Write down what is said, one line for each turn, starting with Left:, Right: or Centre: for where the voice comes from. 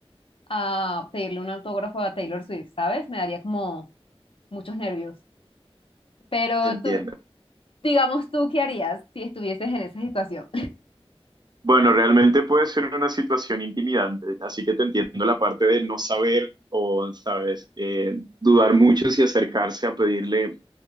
Left: a pedirle un autógrafo a Taylor Swift, ¿sabes? Me daría como muchos nervios. Pero
Right: entiendo.
Left: tú, digamos tú, ¿qué harías si estuvieses en esa situación?
Right: Bueno, realmente puede ser una situación intimidante, así que te entiendo la parte de no saber o, sabes, Eh, dudar mucho si acercarse a pedirle